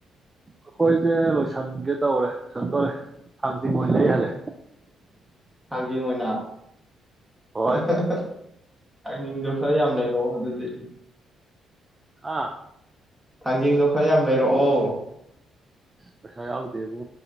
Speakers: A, on the right; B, in the centre.
A: ꯑꯩꯈꯣꯏꯁꯦ ꯂꯣꯏꯁꯟꯒꯦ ꯇꯧꯔꯦ ꯂꯣꯏꯁꯟꯗꯣꯔꯦ ꯍꯥꯡꯖꯤꯡ ꯃꯣꯏ ꯂꯩ ꯍꯜꯂꯦ
B: ꯊꯥꯡꯖꯡ ꯑꯣꯏꯅ ꯑꯩꯥꯏꯅꯤꯡꯗꯣ
A: ꯍꯣꯏ
B: ꯈꯔ ꯌꯥꯝ ꯂꯩꯔꯛꯑꯣ ꯑꯗꯨꯗꯤ
A: ꯑꯥ
B: ꯊꯪꯖ ꯈꯔ ꯌꯥꯝ ꯂꯩꯔꯛꯑꯣ
A: ꯄꯁꯥ ꯌꯥꯎꯒ ꯗꯕꯣ